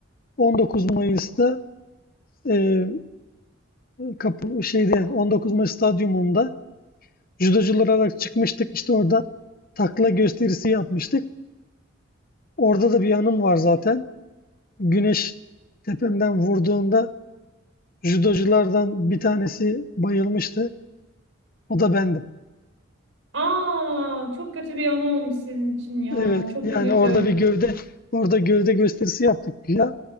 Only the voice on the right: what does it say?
Aa, çok kötü bir an olmuş sizin için ya.
Çok
üzüldüm.